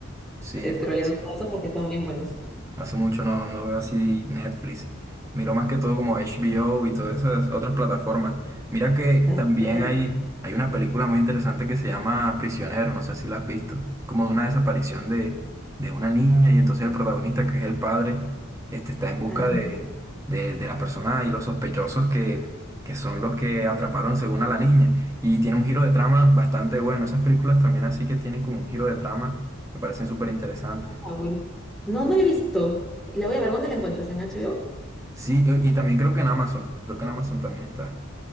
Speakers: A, on the right; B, in the centre.
A: Sí, pues.
B: scrolleando todo eso porque son bien buenos.
A: Hace mucho no, no veo así Netflix. Miro más que todo como HBO y todas esas otras plataformas. Mira que
B: También.
A: también hay, hay una película muy interesante que se llama Prisionero, no sé si la has visto. Como de una desaparición de, de una niña y entonces el protagonista, que es el padre, este, está en busca
B: ah,
A: de, de, de la persona y los sospechosos que, que son los que atraparon según a la niña. Y tiene un giro de trama bastante bueno. Esas películas también así que tienen como un giro de trama, me parecen súper interesantes.
B: Ah, bueno. No, no la he visto. Y La voy a ver, ¿dónde la encuentras? ¿En HBO?
A: Sí, y y también creo que en Amazon, creo que en Amazon también está.